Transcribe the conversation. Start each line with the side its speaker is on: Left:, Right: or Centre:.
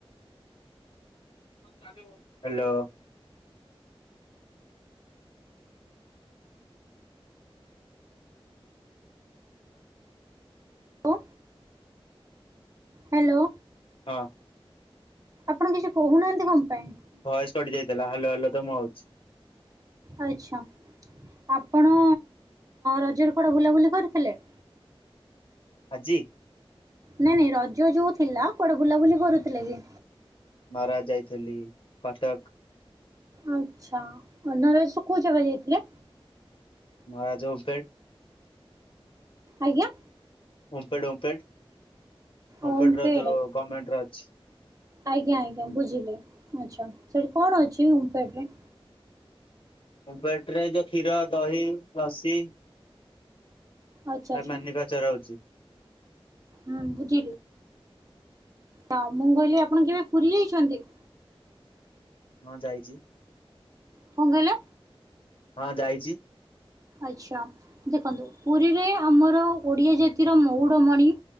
Left: ହ୍ୟାଲୋ।
Right: ତୁ? ହ୍ୟାଲୋ।
Left: ହଁ।
Right: ଆପଣ କିଛି କହୁନାହାନ୍ତି କଣ ପାଇଁ।
Left: ଭୟେସ କଟି ଯାଇଥିଲା ହ୍ୟାଲୋ ହ୍ୟାଲୋ ତ ମୁଁ ହଉଛି।
Right: ଆଚ୍ଛା ଆପଣ ରଜର କୁଆଡେ ବୁଲାବୁଲି କରିଥିଲେ।
Left: ଆଜି।
Right: ନାଇଁ ନାଇଁ ରଜ ଯୋଉ ଥିଲା କୁଆଡେ ବୁଲାବୁଲି କରୁଥିଲେ କି?
Left: ହ ରାଜା ଯାଇଥିଲି କଟକ।
Right: ଆଚ୍ଛା ନରେଜ ର କୋଉ ଜାଗା ଯାଇଥିଲେ?
Left: ମହାରାଜା ଓ ସ୍ ପାଇଡ
Right: ଆଜ୍ଞା।
Left: ଓମ୍ପେଡ ଓମ୍ପେଡ ହମ୍ପେଡ
Right: ଓମଫେଡ଼
Left: ର ଗମେଣ୍ଟ ରେ ଅଛି।
Right: ଆଜ୍ଞା ଆଜ୍ଞା ବୁଝିଲେ ଆଚ୍ଛା ସେଇଠି କଣ ଅଛି ଓମ୍ପେଟରେ।
Left: ଓବେଟରେ ଯୋଉ କ୍ଷୀର ଦହି ଲସି।
Right: ଆଚ୍ଛା ଆଚ୍ଛା
Left: ଆ ମାନିିବା ଚରହଉଛି।
Right: ହୁଁ ବୁଝିଲି। ତ ମୁଁ କହିଲି ଆପଣ କେବେ ପୁରୀ ଯାଇଛନ୍ତି?
Left: ହଁ ଯାଇଛି
Right: କଣ କହିଲେ
Left: ହଁ ଯାଇଛି।
Right: ଆଚ୍ଛା ଦେଖନ୍ତୁ ପୁରୀରେ ଆମର ଓଡ଼ିଆ ଜାତିର ମହୁଡ଼ମଣି।